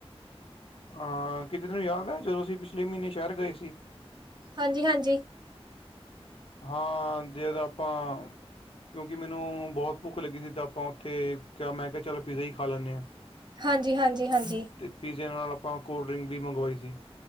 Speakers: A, on the left; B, on the right.
A: ਆਂ ਕਿਤੇ ਨੂੰ ਯਾਦ ਐ ਜਦੋਂ ਅਸੀਂ ਪਿਛਲੇ ਮਹੀਨੇ ਸ਼ਹਿਰ ਗਏ ਸੀ
B: ਹਾਂਜੀ ਹਾਂਜੀ
A: ਹਾਂ ਜੇਦੋਂ <unintelligible> ਆਪਾਂ ਕਿਉਂਕਿ ਮੈਨੂੰ ਬਹੁਤ ਭੁੱਖ ਲੱਗੀ ਸੀ ਤਾਂ ਆਪਾਂ ਉੱਥੇ ਕਿਆ ਮੈਂ ਕਿਹਾ ਚੱਲ ਪਿਜ਼ਾ ਈ ਖਾ ਲੈਂਨੇ ਆਂ
B: ਹਾਂਜੀ-ਹਾਂਜੀ-ਹਾਂਜੀ,
A: ਅਤੇ ਪੀਜ਼ਯਾਂ ਨਾਲ ਆਪਾਂ ਕੋਲਡ ਡਰਿੰਕ ਵੀ ਮੰਗਵਾਈ ਸੀ